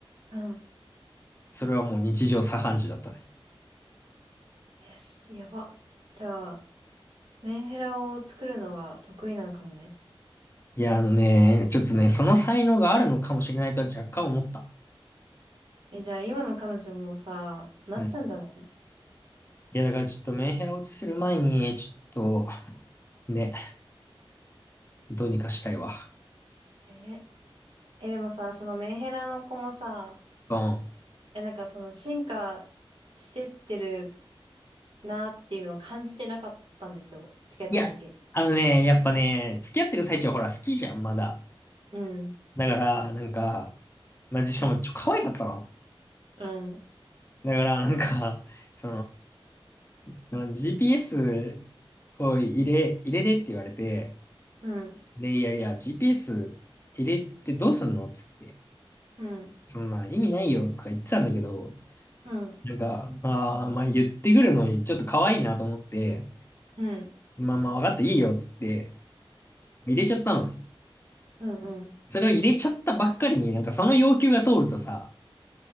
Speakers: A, on the right; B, on the left.
A: うん。
B: それはもう日常茶飯事だったね。
A: Yes、やば。じゃあ、メンヘラを作るのが得意なのかもね。
B: いや、あのね、ちょっとね、その才能があるのかもしれないとは若干思った。
A: え、じゃあ今の彼女もさ、なっちゃうんじゃない
B: うん。いや、だからちょっとメンヘラ落ちする前に、ちょっと、ね、どうにかしたいわ。
A: え、え、でもさ、そのメンヘラの子もさ、
B: うん。
A: え、なんかその進化してってるなっていうのを感じてなかったんですよ。付き合ってた時。
B: いや、あのね、やっぱね、付き合ってる最中はほら、好きじゃん、まだ。
A: うん、
B: だから、なんか、まあ、しかも、ちょ、可愛かったの。
A: うん、
B: だから、なんか、<laughs> その、その GPS を入れ、入れてって言われて、
A: うん、
B: で、いやいや、GPS 入れてどうすんのっつって、
A: うん、
B: そんな意味ないよとか言ってたんだけど、
A: うん、
B: なんか、ああ、まあ言ってくるのにちょっと可愛いなと思って、
A: うん、うん、
B: まあまあ分かったいいよっつって入れちゃったのね。
A: うん、うん。
B: それを入れちゃったばっかりになんかその要求が通るとさ、